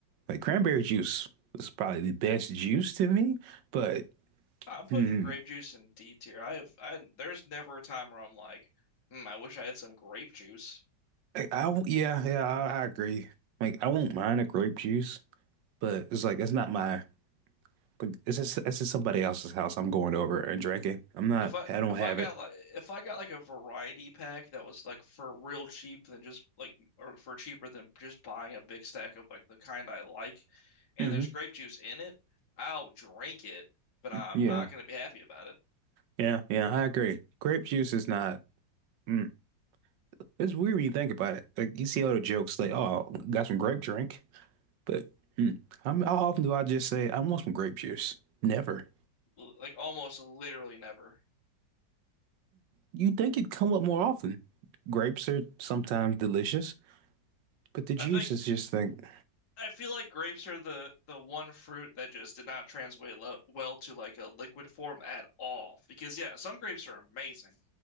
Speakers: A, on the right; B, on the left.
A: Like cranberry juice is probably the best juice to me, but
B: I'm putting
A: hmm,
B: grape juice in D tier. I have I there's never a time where I'm like, hmm, I wish I had some grape juice.
A: I, I won't- yeah, yeah, I, I agree. Like I won't mind a grape juice, but it's like it's not my like it's just it's just somebody else's house I'm going over and drinking. I'm not
B: If I
A: I don't
B: if
A: have
B: I got
A: it.
B: like if I got like a variety pack that was like for real cheap than just like or for cheaper than just buying a big stack of like the kind I like, and
A: hmm
B: there's grape juice in it, I'll drink it, but I'm
A: Yeah.
B: not gonna be happy about it.
A: Yeah, yeah, I agree. Grape juice is not mm. It's weird when you think about it. Like you see all the jokes like, oh, got some grape drink. But hmm, how, how often do I just say, I want some grape juice? Never.
B: L- Like almost literally never.
A: You'd think it'd come up more often. Grapes are sometimes delicious, but the juice
B: I think
A: is just like
B: I feel like grapes are the the one fruit that just did not translate lo well to like a liquid form at all. Because yeah, some grapes are amazing,